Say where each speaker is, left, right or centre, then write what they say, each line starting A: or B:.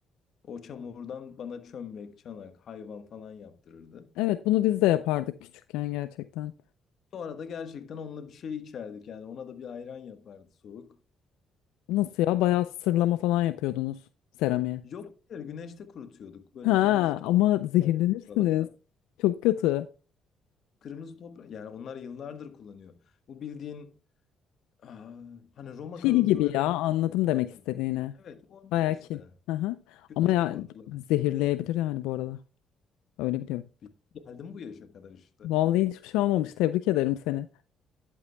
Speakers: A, on the left; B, on the left.
A: o çamurdan bana çömlek, çanak, hayvan falan yaptırırdı.
B: Evet bunu biz de yapardık küçükken gerçekten.
A: Sonra da gerçekten onunla bir şey içerdik yani ona da bir ayran yapardı soğuk.
B: Nasıl ya bayağı sırlama falan yapıyordunuz seramiğe.
A: Yok hayır güneşte kurutuyorduk. Böyle
B: Ha
A: kırmızı toprak
B: ama zehirlenirsiniz.
A: var bizim buralarda.
B: Çok kötü.
A: Kırmızı toprak yani onlar yıllardır kullanıyor. Bu bildiğin aa, hani Roma
B: Kil
A: kalıntılarında
B: gibi ya anladım demek
A: ya.
B: istediğini.
A: Evet o ondan
B: Bayağı
A: işte.
B: kil. Aha.
A: Güneşte
B: Ama ya
A: kurutulan.
B: zehirleyebilir yani bu arada. Öyle biliyorum.
A: bir- şey. Geldim bu yaşa kadar işte.
B: Vallahi hiçbir şey olmamış. Tebrik ederim seni.